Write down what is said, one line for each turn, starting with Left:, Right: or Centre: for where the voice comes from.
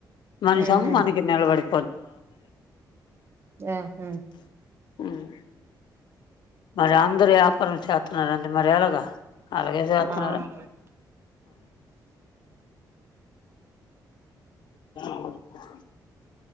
Left: మనిషం
Right: మ్మ్ మ్మ్
Left: మనకి నలబడి
Right: ఆహా
Left: అమ్ మరి అందరు వ్యాపారం చేస్తున్నారంటడి మరి ఎలాగా జ చేతనారా
Right: అవును
Left: ఆ <unintelligible>